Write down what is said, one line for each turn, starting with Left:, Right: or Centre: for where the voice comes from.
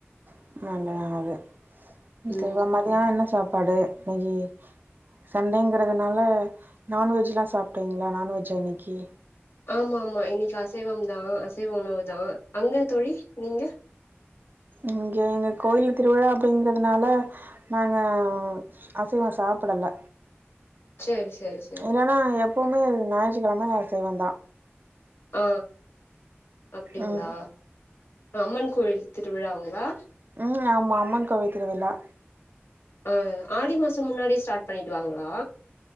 Right: <unintelligible>
Left: ம்
Right: மதியானோ என்ன சாப்பாடு னிக்கி சண்டேன்ங்கறதுனால நான்வெஜ்லா சாப்டீங்ளா நான்வெஜ் இன்னைக்கி
Left: ஆமா ஆமா இன்னைக்கு அசைவம் தா அசைவ உணவு தா அங்க தோழி நீங்க
Right: இங்க கோயில் திருவிழா அப்டிங்கறனால நாங்க அசைவோ சாப்படல
Left: சேர் சேர் சே
Right: இல்லன்னா எப்பவுமே ஞாயிற்றுக்கிழம அசைவந்தா
Left: ஓ அப்டிங்ளா
Right: ம்
Left: அம்மன் கோவில் திருவிழாங்ளா
Right: ம் ஆமா அம்மன் கோயில் திருவிழா
Left: ஆ ஆடி மாசோ முன்னாடியே ஸ்டார்ட் பண்ணிடு வாங்ளா